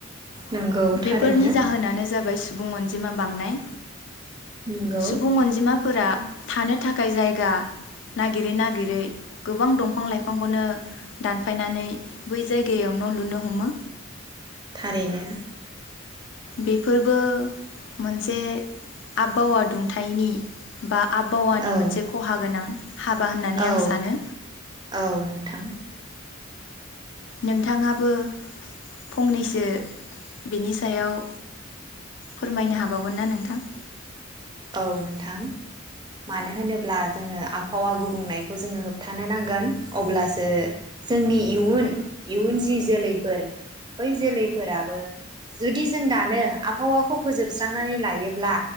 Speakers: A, on the right (about 20°); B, on the left (about 60°).
A: नंगौ थारैनो
B: बेफोरनि जाहोनानो जाबाय सुबुं अन जिमा बांनाय।
A: नंगौ
B: सुबुं अनजिमा फोरा थानो थाखाय जायगा। नागिरै नागिरै गोबां दंफां लाइफांखौनो दानफायनानै बै जायगायाव न' लुनो हमो।
A: थारैनो।
B: बेफोरबो मोनसे आबहावा दुंथायनि बा आबहावानि
A: औ
B: मोनसे खहा गोनां। हाबा होननानै
A: औ
B: आं सानो
A: औ नोंथां।
B: नोंथाङाबो फंनैसो बेनि सायाव फोरमायनो हाबावगोन ना नोंथां?
A: औ नोंथां मानो होनोब्ला जोङो आबहावा गुबुंनायखौ जोङो होबथानो नांगोन अब्लासो जोंनि इयुन इयुन जि जोलैफोर बै जोलैफोराबो जुदि जों दानो आबहावाखौ फोजोबस्रांनानै लायोब्ला।